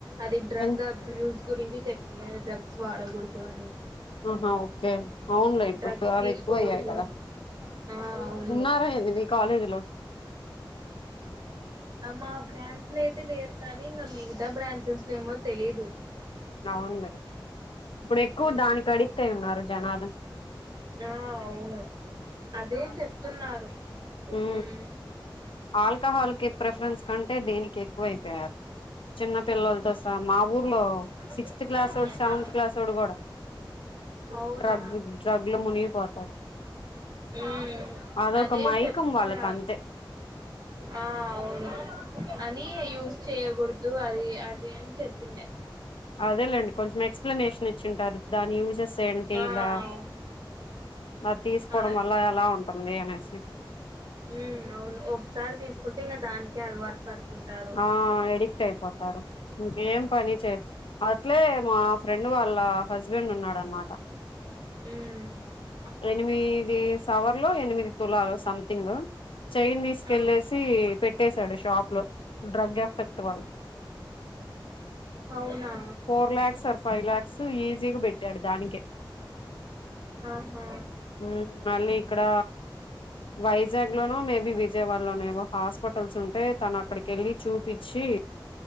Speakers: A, on the right (about 50°); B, on the left (about 85°).
A: అది డ్రగ్
B: ఎన్
A: అబ్యూస్ గురించి చెప్పిన డ్రగ్స్ వాడకూడదు అని
B: ఆహా ఓకే అవునులే ఇప్పుడు
A: డ్రగ్స్
B: అవి
A: తీసుకోకూడదు
B: ఎక్కువ అయ్యాయి కదా
A: అని ఆ అవును
B: ఉన్నారా ఏంది మీ కాలేజీలో
A: మా బ్రాండ్స్ లేద్ లేరు కానీ ఇంకా మిగతా బ్రాన్సస్ లో ఏమో తెలీదు
B: అవులే ఇప్పుడు ఎక్కువ
A: మ్మ్.
B: దానికి అడిక్ట్ అయి ఉన్నారు జనాలు
A: ఆ అవును అదే చెప్తున్నారు
B: ఊ
A: ఉమ్
B: ఆల్కాహాల్ కి ప్రిఫరెన్ కంటే దీనికి ఎక్కువ అయిపోయారు చిన్న పిల్లలతో సహ మా ఊర్లో సిక్స్త్
A: ఇలా
B: క్లాసోడు సెవెంత్ క్లాసోడు కూడా
A: అవునా
B: డ్రగ్ డ్రగ్లు మునిగిపోతారు
A: ఉ
B: అదొక
A: అదే
B: మైకం
A: చెప్తున్నారు
B: వాళ్ళకి అంతే
A: ఆ అవును అని యూజ్ చేయకూడదు అది అది అని చెప్పిండే
B: అదేలేండి కొంచెం ఎక్సప్లనేషన్ ఇచ్చింటారు దాని యూజెస్ ఎంటి
A: ఆ
B: ఇలా
A: అవును
B: అది తీసుకోవడం
A: ఆ
B: వల్ల ఎలా ఉంటుంది అనేసి
A: ఉ అవును ఒకసారి తీసుకుంటే ఇంగ దానికే అలవాటు పడుతుంటారు
B: ఆ ఎడిక్ట్ అయిపోతారు ఇంక ఏం పని చేయ అట్లే మా ఫ్రెండ్ వాళ్ళ హస్బెండ్ ఉన్నాడనమాట
A: ఉ
B: ఎనిమీది సవర్లు ఎనిమిది తులాలు సంథింగ్ చైన్ తీసుకెళ్ళసి
A: ఆ
B: పెట్టసాడు షాప్ లో డ్రగ్గేఫెక్ట్ వాళ్
A: అవునా
B: four lakhs or five lakhs ఈజీగా పెట్టాడు దానికే
A: ఆహా
B: ఉ మళ్ళీ ఇక్కడ వైజాగ్ లోనో మేబీ విజయవాడ లోన ఏవో హాస్పిటల్స్ ఉంటే తన అక్కడికి వెళ్ళి చూపిచ్చి